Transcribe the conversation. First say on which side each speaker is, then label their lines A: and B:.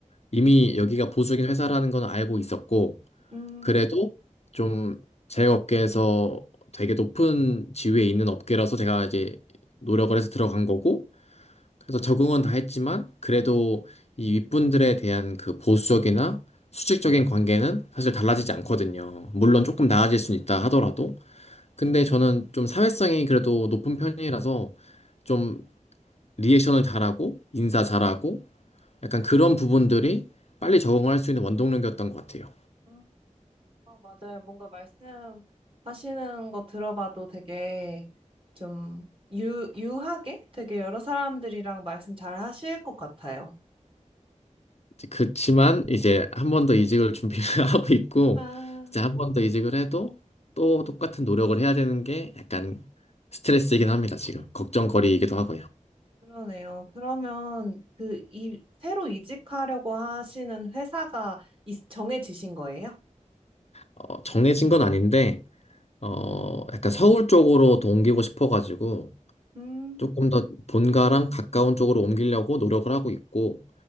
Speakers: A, on the left; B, on the right.
A: 이미
B: 음,
A: 여기가 보수적인 회사라는 건 알고 있었고,
B: 음.
A: 그래도 좀 제 업계에서 되게 높은 지위에 있는 업계라서 제가 이제 노력을 해서 들어간 거고, 그래서 적응은 다 했지만 그래도 이 윗분들에 대한 그 보수적이나 수직적인 관계는 사실 달라지지 않거든요. 물론
B: 아,
A: 조금 나아질 수는 있다 하더라도. 근데 저는 좀 사회성이 그래도 높은 편이라서 좀 리액션을 잘하고 인사 잘하고 약간
B: 음,
A: 그런 부분들이 빨리 적응할 수 있는 원동력이었던 것 같아요.
B: 음. 어, 맞아요. 뭔가 말씀하시는 거 들어봐도 되게 좀 유, 유하게 되게 여러 사람들이랑 말씀 잘 하실 것 같아요.
A: 그치만 이제 한 번 더 이직을 준비를 <laughs> 하고 있고
B: 아,
A: 이제 한 번 더 이직을 해도 또 똑같은 노력을 해야 되는 게 약간 스트레스이긴
B: 아,
A: 합니다. 지금 걱정거리이기도
B: 아,
A: 하고요.
B: 그러네요. 그러면 그 이, 새로 이직하려고 하시는 회사가 있- 정해지신 거예요?
A: 어, 정해진 건 아닌데 어, 약간 서울 쪽으로 더 옮기고 싶어가지고
B: 음,
A: 조금 더 본가랑 가까운 쪽으로 옮기려고 노력을 하고 있고